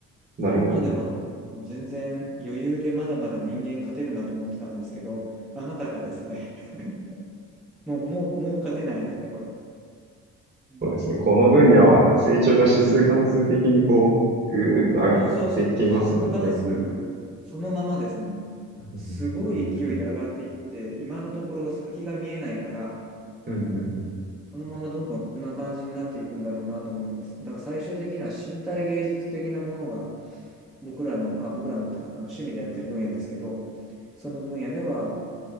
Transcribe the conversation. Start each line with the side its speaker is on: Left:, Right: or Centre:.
Right: なるほど。
Centre: それまではもう全然余裕でまだまだ人間勝てるなと思ってたんですけど、甘かったですね。<laughs> もう、もう、もう勝てないですね、これ。うん
Right: そうですね。この分野は成長が指数関数的にこう、ぐーっと上がってきますもんね。
Centre: あ、そうそう、指数関数、そのままですね。
Right: <laughs> うん本当に。
Centre: すごい勢いで上がっていって、今のところ先が見えないから、
Right: うん、うん、
Centre: このままどんどんこんな感じになっていくんだろうなと思うんです。だから最終的には身体芸術的なものが僕らの、あ、僕らのっていうか、あの趣味でやってる分野ですけど、その分野では、